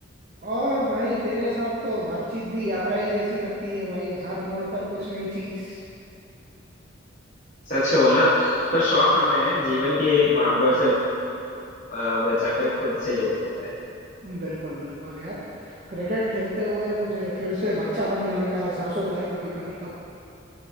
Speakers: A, on the right; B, on the left.
A: और भाई तेरे साथ तो बातचीत भी यात्रा ही जैसी लगती है भाई हर मोड़ पर कुछ नई चीज
B: सच हो ना तो शौक हमें जीवन की भागदौड़ से अ, बचाकर खुद से जोड़ देता है
A: बिल्कुल बिल्कुल यार क्रिकेट खेलते हुए मुझे फिर से बच्चा बन जाने का एहसास होता है कभी कभी तो